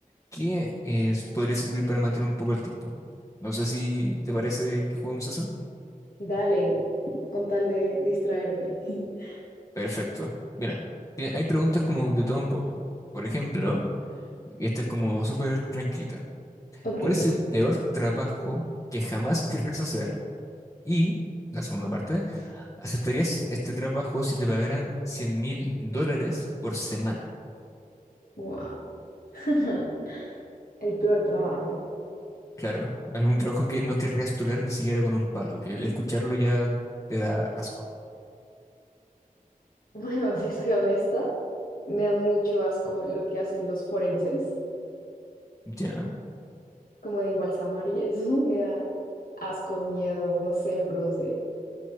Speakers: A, on the left; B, on the left.
A: que eh, podría servir para matar un poco el tiempo. No sé si te parece que juguemos eso.
B: <laughs> Dale, con tal de distraerme. <laughs>
A: Perfecto. Mira, tie- hay preguntas como de todo un poco. Por ejemplo, y esta es como súper tranquilita.
B: Ok,
A: ¿Cuál es el peor trabajo que jamás querrás hacer? Y la segunda parte, ¿aceptarías este trabajo si te pagaran 100 mil dólares por semana?
B: wow. <laughs> El peor trabajo.
A: Claro, algún trabajo que no querrías tocar ni siquiera con un palo, que el escucharlo ya te da asco.
B: <laughs> Bueno, si soy honesta, me da mucho asco lo que hacen los forenses,
A: Ya,
B: como de embalsamar y eso, <laughs> me da asco, miedo, no sé, me produce.